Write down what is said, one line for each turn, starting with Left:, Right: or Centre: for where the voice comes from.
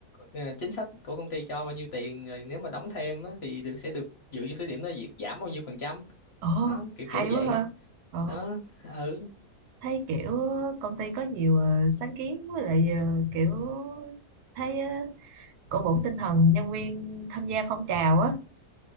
Left: ờ, chính sách của công ty cho bao nhiêu tiền rồi nếu mà đóng thêm á, thì được sẽ được dựa vô số điểm đó việc giảm bao nhiêu phần trăm
Right: Ờ,
Left: đó kiểu
Right: hay
Left: kiểu vậy
Right: quá ha ờ
Left: đó ừ
Right: thấy kiểu công ty có nhiều ờ, sáng kiến với lại ờ, kiểu thấy ờ, cổ vũ tinh thần nhân viên tham gia phong trào á